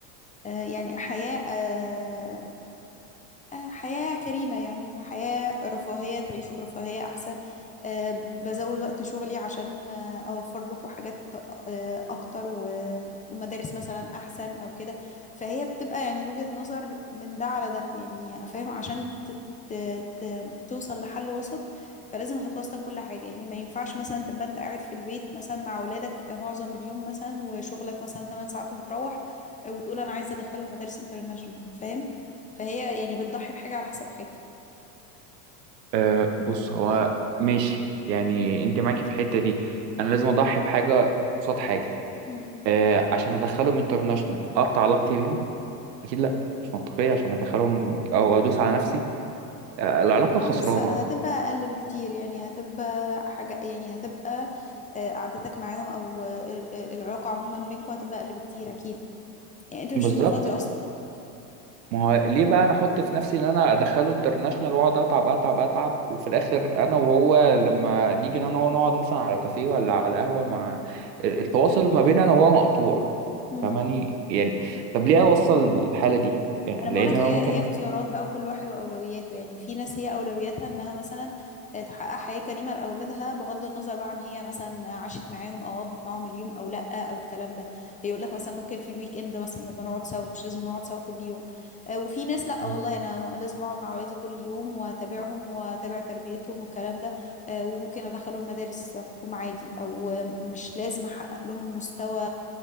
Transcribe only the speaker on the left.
آه، يعني حياة آه، آه، حياة كريمة يعني حياة رفاهية تعيشوا برفاهية أحسن آه، بزود وقت شغلي عشان آه، أوفر لكم حاجات آه، أكتر و- ومدارس مثلا أحسن أو كده فهي بتبقى يعني وجهة نظر من ده على ده يعني فاهم عشان ت- ت- ت- توصل لحل وسط فلازم هتوسطن كل حاجة يعني ما ينفعش مثلا تبقى أنت قاعد في البيت مثلا مع أولادك آه، معظم اليوم مثلا وشغلك مثلا 8 ساعات وبتروح آه، وتقول أنا عايزة أدخلهم مدارس انترناشونال فاهم فهي يعني بتضحي بحاجة على حساب حاجة
مم.
آه،
بس هتبقى أقل بكتير يعني هتبقى حاجة يعني هتبقى آه، قعدتك معاهم أو آه، آه، العلاقة عموما بينكم هتبقى أقل بكتير أكيد يعني أنت مش
هتبقى فاضية أصلا
مم.
انا بقولك
هي
هي اختيارات
بقى وكل واحد واولوياته يعني في ناس هي اولوياتها انها مثلا آه، تحقق حياة كريمة لاولادها بغض النظر بقى عن هي مثلا عاشت معاهم او قضت معاهم اليوم او لا او الكلام ده يقول لك مثلا ممكن في الويك اند مثلا نبقى نقعد سوا مش لازم نقعد سوا كل يوم آه، وفي ناس لا
والله انا لازم اقعد مع اولادي كل يوم واتابعهم واتابع تربيتهم والكلام ده آه، وممكن ادخلهم مدارس حكومة عادي او آه، مش لازم احقق لهم مستوى